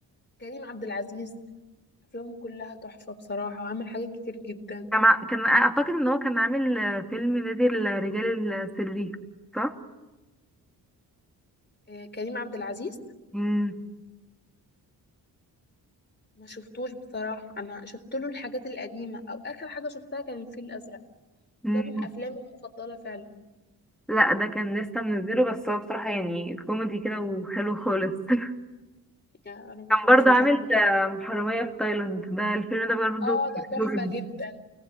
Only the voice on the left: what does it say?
كريم عبد العزيز افلامه كلها تحفة بصراحة وعمل حاجات كتير جدا
آه كريم عبد العزيز
ما شفتوش بصراحة انا شفت له الحاجات القديمة او اخر حاجة شفتها كان الفيل الازرق
وده من افلامي المفضلة فعلا
يعني انا ما
شفتوش
انا ده
اه ده
تحفة
جدا